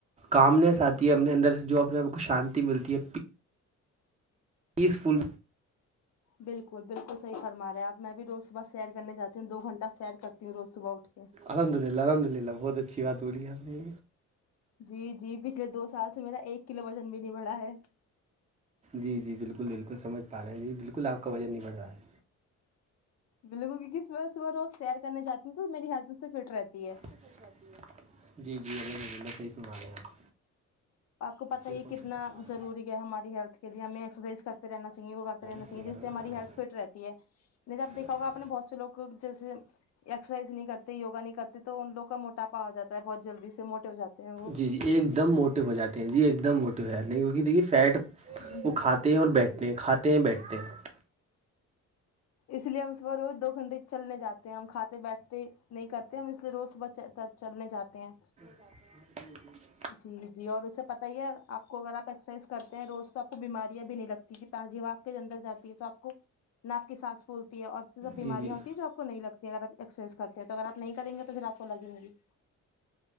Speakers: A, on the right; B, on the left.
A: کامنس آتی ہے اپنے اندر جو اپنے آپ کو شانتی ملتی ہے پیس فھول
B: بالکل بالکل صحیح فرمارے آپ میں بھی روز صبح سیر کرنے جاتی ہوں دو گھنٹہ سیر کرتی ہوں روز صبح اٹھ کے
A: الحمد اللہ الحمد اللہ بہت اچھی بات بولی ہے آپ نے
B: جی جی پچھلے دو سال سے میرا ایک کلو وزن بھی نہیں بڑھا ہے
A: جی جی بالکل بالکل سمجھ پا رہے ہیں جی بالکل آپ کا وجن نہیں بن رہا ہے
B: بالکل کی کس وجہ سےب روز سیر کرنے جاتی ہ تو میری ہیلتھ اس سے فٹ رہتی ہے
A: ہو جی ہے <unintelligible> جی جی الحمد اللہ صحیح فرما رہے ہیں اپ
B: آپ کو پتا ہی
A: یہ
B: ہے
A: کون
B: کتنا
A: آپ
B: ضروری ہے ہماری ہیلتھ کےلئے ہمیں ایکسرسائز کرتے رہنا چاہیے یوگا کرتے رہنا
A: اپنی
B: چاہیے جس سے ہماری
A: کو ضروری
B: ہیلتھ فٹ رہتی ہے آب دیکھا
A: ہے
B: ہوگا آپ نے بہت سے لوگ جیسے ایکسرسائز نہیں کرتے یوگا نہیں کرتے تو ان لوگ کا موٹاپا ا جاتا ہے بہت جلدی سے موٹے ہو جاتے ہیں وہ
A: جی جی ایک دم موٹے ہو جاتے ہیں جی ایک دم موٹے ہو جاتے ہیں کیونکہ دیکھیے فیٹ
B: جی
A: وہ کھا تے ہیں اور بیٹھتے ہیں کھاتے ہیں بیٹھتے ہیں
B: اس لیے ہم صبح روز دو گھنٹے چلنے جاتے ہیں ہم کھاتے بیٹھتے نہیں کرتے ہم اس لیے روز صبح چلنے جاتے ہیں
A: جی جی
B: جی جی اور اسے پتہ ہی ہے آپ کو اگر آپ ایکسرسائز کرتے ہیں روز تو آپ کو بیماریاں بھی نہیں لگتی تازی ہوا کے اندر جاتی ہے تو آپ کو نا اپ کی سانس پھولتی ہے اور سب بیماریا
A: جی جی
B: ہوتی ہیں جو آپ کو نہیں لگتی اگر آپ ایکسر سائز کرتے ہیں تو اگر آپ نہیں کریں گے تو پھر آپ کو لگیں گے